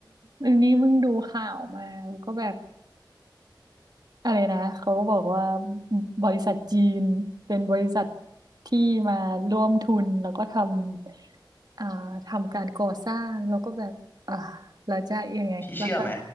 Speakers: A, on the right; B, on the left.
A: อันนี้เพิ่งดูข่าวมาแล้วก็แบบอะไรนะเขาก็บอกว่าบริษัทจีนเป็นบริษัทที่มาร่วมทุนแล้วก็ทำอ่าทำการก่อสร้างแล้วก็แบบอ่าแล้วจะยังไงราคา
B: พี่เชื่อไหม